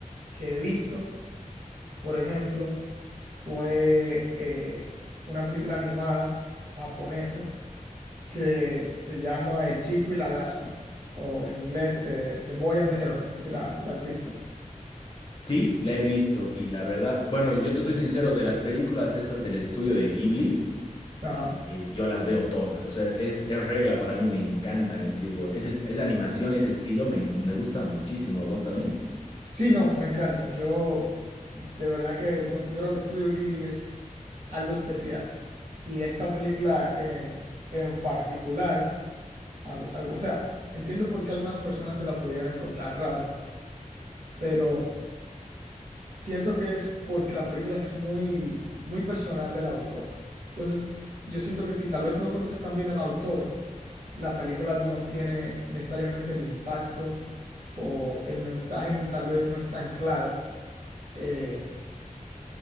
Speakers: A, on the right; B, on the left.
A: que he visto, por ejemplo, fue eh, una película animada japonesa que se llama El Chico y la Garza, o en inglés eh, The Boy and the Hero, no sé si la, si la has visto.
B: Sí, la he visto y la verdad, bueno, yo te soy sincero, de las películas de esas del estudio de Ghibli,
A: Ajá.
B: eh, yo las veo todas, o sea, es, es regla para mí, me encantan ese tipo, ese, esa animación y ese estilo me, en- me gusta muchísimo, ¿a vos también?
A: Sí, no, me encantan. Yo de verdad que considero que Studio Ghibli es algo especial. Y esa película en, en particular a- a- o sea, entiendo por qué algunas personas se la pudieran encontrar rara, pero siento que es porque la película es muy, muy personal del autor. Entonces, yo siento que si tal vez no conoces tan bien al autor, la película no tiene necesariamente el impacto o el mensaje tal vez no es tan claro eh,